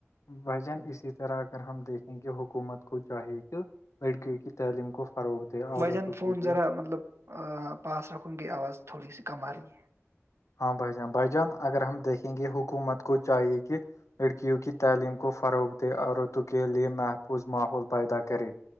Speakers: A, on the left; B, on the right.
A: بھجن اسی طرح اگر ہم دیکھیں کی کہ حکومت کو چاہی کہ لڑکیوں کی تعلیم کو فروغ دے عورتوں
B: بھائی جان فون
A: کے لیے
B: ذرا مطلب پاس رکھن کی آواز تھوڑی س کمہلی
A: ہاں بھائی جان بھائی جان اگر ہم دیکھیں گے حکومت کو چاہیے کہ لڑکیوں کی تعلیم کو فروغ دے عورتوں کے لیئے محفوظ ماحول پیدا کرے